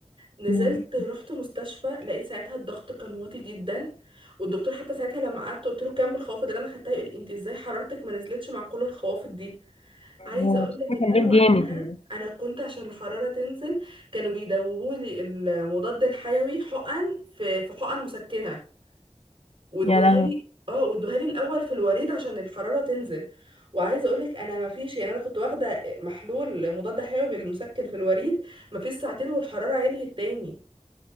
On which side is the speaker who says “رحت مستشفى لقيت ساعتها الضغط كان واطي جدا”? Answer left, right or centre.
Right